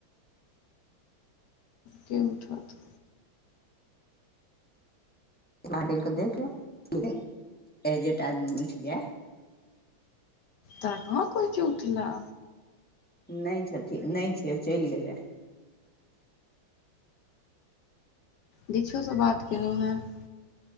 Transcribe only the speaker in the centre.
बाहर टहलि कऽ देखि लियो, एजेट आदमी उठि जाय।
नहि छथिन, नहि छय चलि गेलै।